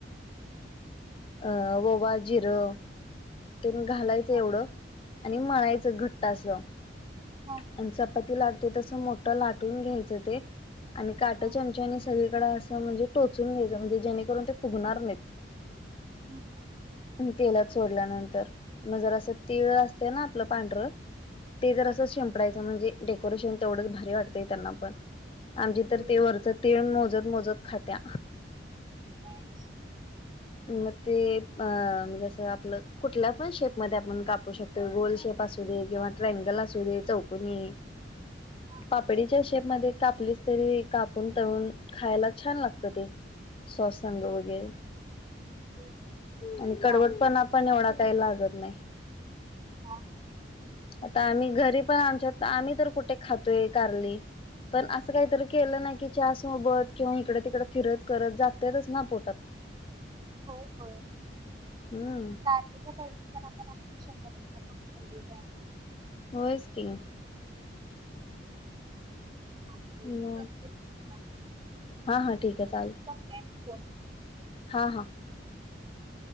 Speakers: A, on the right (about 25°); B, on the left (about 30°).
A: ह
B: अ ववा जिरं तेन घालायचं
A: हं,
B: एवढं आणि मळायचं घट्ट असं
A: हां
B: आणि चपाती लाटतो तस मोठ लाटून घ्यायचं ते आणि काट
A: हं,
B: चमचानी
A: हं,
B: सगळीकडे म्हणजे टोचून घ्यायचं म्हणजे जेणेकरून ते फुगणार नाहीत
A: हां
B: तेलात सोडल्यानंतर मग जर असं तिळ असते ना आपलं पांढरं ते जर अस शिंपयचं म्हणजे डेकोरेशन तेवढंच भारी वाटतंय त्यांना पण आम तर
A: होय,
B: ते वरच
A: होय.
B: तीळ मोजत मोजत खात्या
A: नाही, नाही,
B: मग ते अ
A: चालेल.
B: म्हजे असं आपलं कुठल्या पण शेप मध्ये आपण कापू शकतो गोल शेप असू दे किंवा ट्रागल अस रे चौकुणी
A: हां, हां,
B: पापडीच्या शेप मध्ये कापलीस तरी कापून तळून खायला छान लागत ते स्वस्त संघ वगैरे
A: होय, होय.
B: आणि कडवटपणा
A: चालते मी
B: पण एवढा काय लागत नाही
A: हां हां
B: आता आम्ही घरी पण आमच्यात आम्ही तर कुठे खातोय कारली पण असं काहीतरी
A: हं,
B: केलं नाही की च सोबत किंवा इकडे तिकड फिरत करत जातेतच ना पोटात
A: हो होय
B: हम्म
A: कार त्याच्याळ पण आपण आपल्या शहरात अस कमी गरजेचं आहे
B: वस् किंग
A: सांगते
B: म
A: करते की मी पण.
B: हा हा ठीक आहे चाल
A: का फोन कर
B: हां हां